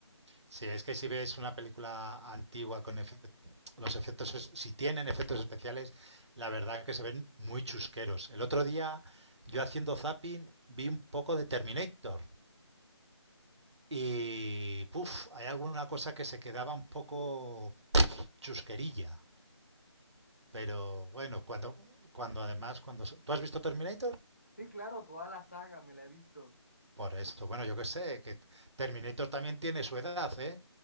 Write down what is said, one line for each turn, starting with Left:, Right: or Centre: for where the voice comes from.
Right: Sí, es que si ves una película antigua con efect- los efectos, es- si tienen efectos especiales, la verdad que se ven muy chusqueros. El otro día, yo haciendo zapping, vi un poco de Terminator y, puf, hay alguna cosa que se quedaba un poco chusquerilla. Pero bueno, cuando, cuando además, cuando... so- ¿Tú has visto Terminator?
Left: Sí, claro, toda la saga me la he visto.
Right: Por esto, bueno, yo qué sé, que Terminator también tiene su edad, ¿eh?